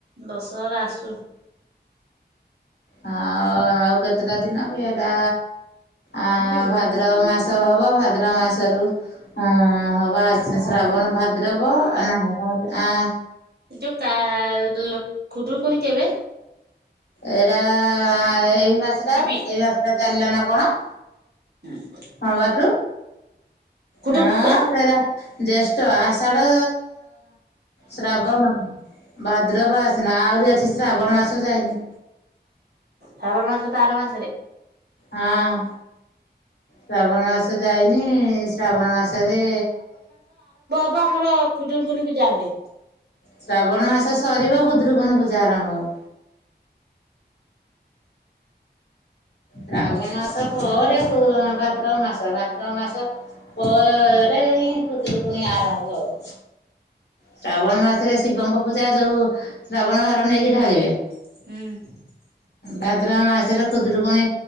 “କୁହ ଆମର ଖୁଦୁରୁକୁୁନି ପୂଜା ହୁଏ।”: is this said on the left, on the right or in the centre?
Right